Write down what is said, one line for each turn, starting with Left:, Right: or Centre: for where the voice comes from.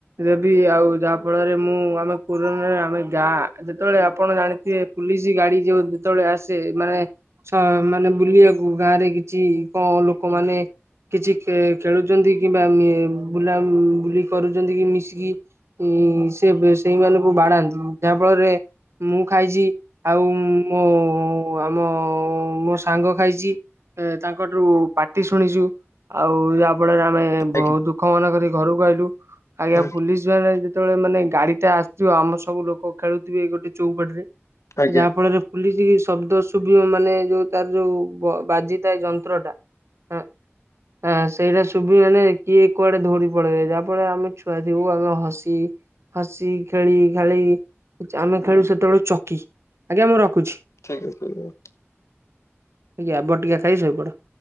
Right: ଯେବି ଆଉ ଯାହା ଫଳରେ ମୁଁ ଆମେ କରୋନାରେ ଆମେ ଗାଁ ଯେତେବେଳେ ଆପଣ ଜାଣିଥିବେ। ପୁଲିସ ଗାଡି ଯୋଉ ଯେତେବେଳେ ଆସେ ମାନେ ମାନେ ବୁଲିଆକୁ ଗାଁ ରେ କିଛି କଆଁ ଲୋକମାନେ କିଛି ଖେଳୁଛନ୍ତି କିମ୍ବା ବୁଲା ବୁଲି କରୁଚନ୍ତି କି ମିଶିକି? ଉଁ ସେ ସେଇମାନଙ୍କୁ ବାଡାନ୍ତି ଯାହା ଫଳରେ ମୁଁ ଖାଇଛି ଆଉ ମୋ ଆମ ମୋ ସାଙ୍ଗ ଖାଇଛି। ଏ ତାଙ୍କଠୁ ପାଟି ଶୁଣିଛୁ, ଆଉ ଯାହା ଫଳରେ ଆମେ ବହୁତ
Left: ଆଜ୍ଞା
Right: ଫୋନ କରିକି ଘରକୁ ଆଇଲୁ ଆଜ୍ଞା
Left: ହୁଁ
Right: ପୁଲିସ କ ଯେତେବେଳେ ଯେତେବେଳେ ମାନେ ଗାଡି ଟା ଆସୁଥିବ ଆମ ସବୁ ଲୋକ ଖେଳୁଥିବେ ଗୋଟେ ଚଉପାଟିରେ
Left: ଆଜ୍ଞା
Right: ଯାହା ଫଳରେ ଫୁଲିଛି ଶବ୍ଦ ଶୁଭିବ ମାନେ ଯୋଉ ତାର ଯୋଉ ବାଜିଥାଏ ଯନ୍ତ୍ରଟା ହଁ। ହ ସେଇଟା ଶୁଭିବ ମାନେ କିଏ କୁଆଡେ ଧୋଡି ପଳେଇବେ ଯାହା ଫଳରେ ଆମେ ଛୁଆ ଥିବୁ ଆମେ ହସି ହସି ଖେଳି ଖେଳି ଆମେ ଖେଳୁ ସେତେବେଳଳେ ଚକି ଆଜ୍ଞା ମୁଁ ରଖୁଛି।
Left: <inaudible>
Right: ଆଜ୍ଞା ବଟିକା ଖାଇଶୋଇପଡ।